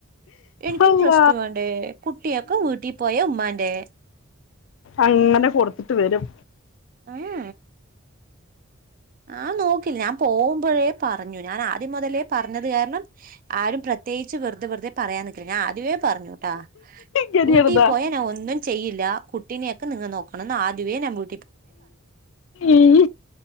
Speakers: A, on the right; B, on the left.
A: എനിക്കും
B: അല്ല
A: റസ്റ്റ് വേണ്ടേ കുട്ടിയൊക്കെ വീട്ടി പോയ ഉമ്മാന്റെ
B: അങ്ങനെ കൊട്ത്ത്ട്ട് വെരും.
A: ഏഹ് ഞാൻ നോക്കില്ല ഞാൻ പോവുമ്പഴേ പറഞ്ഞു ഞാൻ ആദ്യം മുതലേ പർഞ്ഞത് കാരണം ആരും പ്രത്യേകിച്ച് വെറ്തെ ഞാൻ ആദ്യ വേ പറഞ്ഞുട്ടാ
B: ഗരിയറുതാ
A: വീട്ടി പോയാ ഞാൻ ഒന്നും ചെയ്യില്ല കുട്ടിന്യെ ക്കെ നിങ്ങ നോക്കണം ന്നാദ്യവേ ഞാൻ വീ
B: ഉം